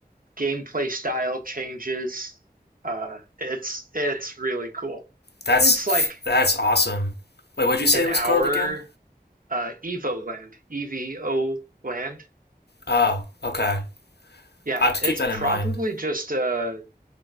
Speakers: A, on the right; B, on the left.
A: gameplay style changes. Uh, it's it's really cool.
B: that's
A: It's like
B: that's awesome. Wait, what'd you say
A: an
B: it
A: hour
B: was called again?
A: uh, Evo Land, E V O Land.
B: Oh, okay.
A: Yeah,
B: I have to
A: it's
B: keep that in
A: probably
B: mind.
A: just uh,